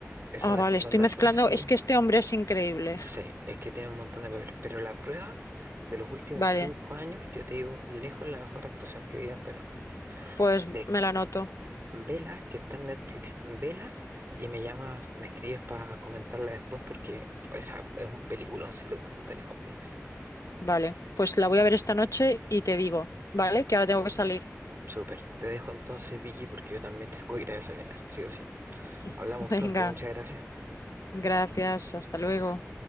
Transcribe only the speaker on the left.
Ah,
vale,
estoy mezclando,
es que este hombre es increíble.
Vale,
pues
me la anoto.
Vale, pues la voy a ver esta noche y te digo, ¿vale? Que ahora tengo que salir.
<laughs>
Venga,
gracias, hasta luego.